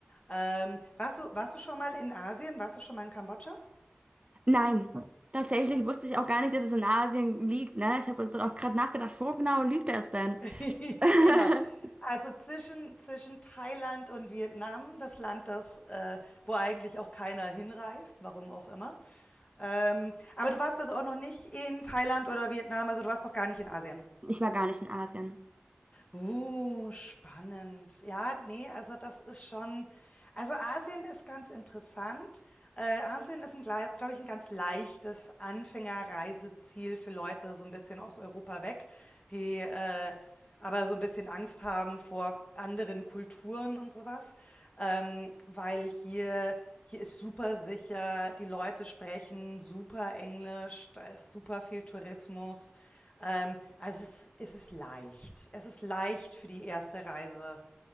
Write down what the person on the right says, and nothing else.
Nein, tatsächlich wusste ich auch gar nicht, dass es in Asien liegt, ne? Ich habe uns auch gerade nachgedacht, wo genau liegt das denn?
<laughs>
Ich war gar nicht in Asien.